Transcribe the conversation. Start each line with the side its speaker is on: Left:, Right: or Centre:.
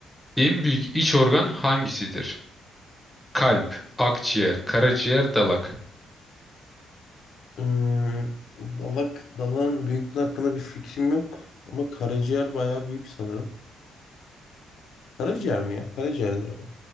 Centre: en büyük iç organ hangisidir? Kalp, akciğer, karaciğer, dalak.
Left: Ee, dalak, dalağın büyüklüğü hakkında bir fikrim yok. Ama karaciğer bayağı büyük sanırım. Karaciğer mi ya? Karaciğerdir herhalde.